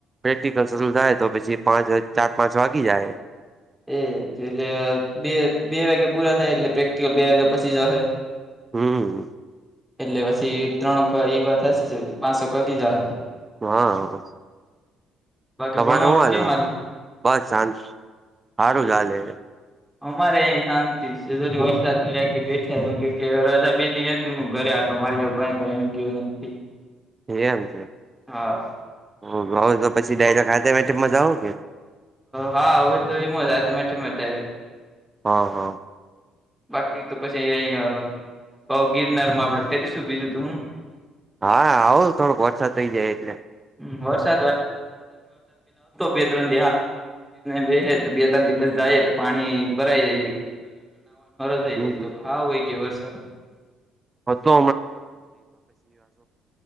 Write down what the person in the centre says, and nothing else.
એ એટલે બે બે વાગ્યા પૂરા થાય એટલે પ્રેક્ટિકલ બે વાગ્યા પછી જ અહે.
એટલે પછી ત્રણ એ વાત સાચી છે પાંચક વાગી જાહે.
બાકી
ભણવાનું
કેમ
એ
અમારે અહીં શાંતિ છે વરસાદની <unintelligible> હું ઘરે આટો મારીયાવ કઈ કઈ <unintelligible> નથી
હા હા હવે તો એમજ <unintelligible> ડાયરેક્ટ
બાકી તો પછી અહીંયા ભવ ગિરનાર માં આપડે ફરીશું બીજું તો હું
<unintelligible> રહે તો બે ત્રણ દિવસ જાય તો પાણી ભરાય જાય
છે <unintelligible>